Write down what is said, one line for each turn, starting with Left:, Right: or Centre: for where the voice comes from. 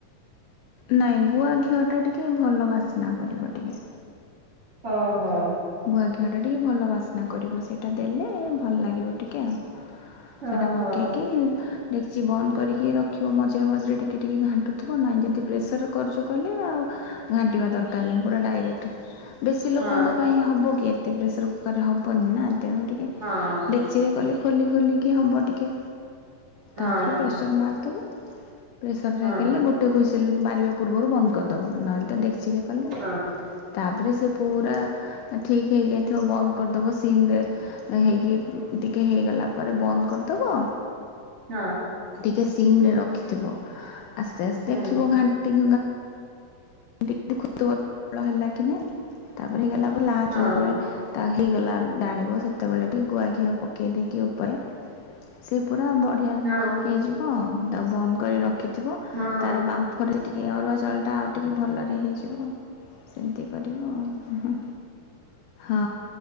Left: ନାଇଁ ଗୁଆ ଘିଅ ଟା ଟିକେ ଭଲ ବାସ୍ନା କରିବ ଟିକେ।
Right: ହଁ ହଁ।
Left: ୁଆ ଘିଅଟା ଟିକଏ ଭଲ ବାସ୍ନା କରିବ ସେଇଟା ଦେଲେ ଭଲ ଲାଗିବ ଟିକେ ଆଉ। ସେଇଟା
Right: ଓହୋ
Left: ପକେଇକି ଡେକ୍ଚି ବନ୍ଦ କରିକି ରଖିବ ମଝିରେ ମଝିରେ ଟିକିଏ ଟିକିଏ ଘାଣ୍ଟୁଥିବ ନହିଁ ଯଦି ପ୍ରେସର କରୁଛ କହିଲେ ଆଉ। ଘାଣ୍ଟିବା ଦରକାରନହି ପୁରା ଡାଇରେକ୍ଟ। ବେଶୀ ଲୋକଙ୍କ
Right: ହଁ
Left: ପାଇଁ ହେବ କି ଏତେ ପ୍ରେସର କୁକରରେ ହେବନି ନା ତେଣୁ ଟିକେ
Right: ହଁ ହଁ
Left: ଡେକ୍ଚିରେ କଲେ ଖୋଲି ଖୋଲିକି ହେବ ଟିକେ
Right: ହଁ
Left: ତାପରେ ପ୍ରେସର୍ ମାରିଦେବୁ। ପ୍ରେସରଟାେଲେ
Right: ହଁ
Left: ଗୋଟେ ହୁଇସିଲ୍ ମାରିବା ପୂର୍ବରୁ ବନ୍ଦ କରିଦବ, ନହେଲେ ତ ଟେ ଖସିରେ କଲେ
Right: ହଁ
Left: ତାପରେ ସେ ପୁରା ଠିକ ହେଇଯାଇଥିବ ବନ୍ଦ କରିଦବ ସିମରେ ହେଇକି ଟିକେ ହେଇଗଲା ପରେ ବ ଫ କରିଦବ।
Right: ହଁ।
Left: ଟିକେ ସିମରେ ରଖିଥିବ ଆସ୍ତେ ଆସ୍ତେ
Right: ହୁଁ
Left: ଦେଖିବ ଘାଣ୍ଟି ଟ ଦେଖଳ ହେଲା କି ନାଇଁ ତାପରେ ହେଇଗଲା ଆ ଲାଷ୍ଟରେ
Right: ହଁ
Left: ଯେତେବେଳେ ତା ହେଇଗଲା ଜାଣିବ ସେତେବେଳେ ଟିକେ ଗୁଆ ଘିଅ ପକେଇ ଦେଇକି ଉପରେ ସେ ପୁରା ବଢ଼ିଆ
Right: ହଁ
Left: ହେଇଯିବ ଆ ତାକୁ ବନ୍ଦ କରି ରଖି ରଖିଥିବ
Right: ହଁ
Left: ତାର ବାମ୍ଫରେ ଟିକେ ଅରୁଆ ଚାଉଳଟା ଆଉ ଟିକେ ଭଲରେ ହେଇଯିବ। ସେମିତି କରିବ ଆଉ। ହଁ